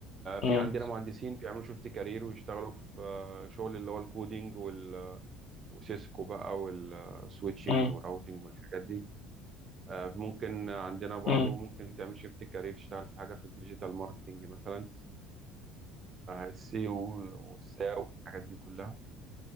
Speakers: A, on the left; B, on the right.
A: مم.
B: في عندنا مهندسين بيعملوا شيفت كارير ويشتغلوا في آه، شغل اللي هو الكودينج وال- وسيسكو بقى والسويتشنج
A: مم.
B: والراوتنج والحاجات دي آه، ممكن عندنا برضو
A: مم.
B: ممكن تعمل شيفت كارير تشتغل في حاجة في الديجيتال ماركتنج مثلا السيو والساو والحاجات دي كلها